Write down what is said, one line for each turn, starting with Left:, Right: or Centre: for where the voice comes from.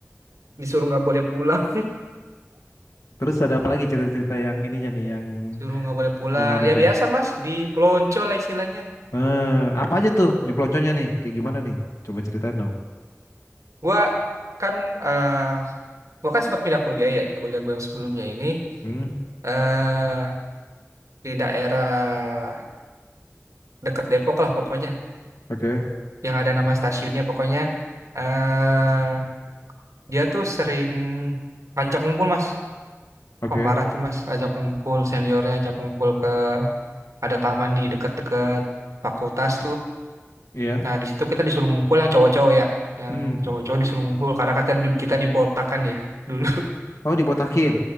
Right: disuruh nggak boleh pulang,
Left: terus ada apa lagi cerita-cerita yang ininya nih yang
Right: <laughs> suruh nggak boleh pulang.
Left: menarik
Right: Ya
Left: ya
Right: biasa Mas, di pelonco lah istilahnya.
Left: eh, apa aja tuh di pelonconya nih kayak gimana nih coba ceritain dong
Right: Gua kan eh gua kan sempat pindah kuliah ya di kuliah gue yang sebelumnya ini
Left: hmm
Right: eh di daerah deket Depok lah pokoknya,
Left: oke
Right: yang ada nama stasiunnya pokoknya. Eh, dia tuh sering ngajak kumpul mas
Left: oke
Right: wah parah tuh mas ajak kumpul seniornya ajak kumpul ke ada taman di deket-deket fakultas tuh
Left: iya
Right: nah di situ kita disuruh ngumpul yang cowok-cowok ya yang
Left: hmm
Right: cowok-cowok disuruh ngumpul karena katanya di- kita dibotakan ya dulu
Left: oh dibotakin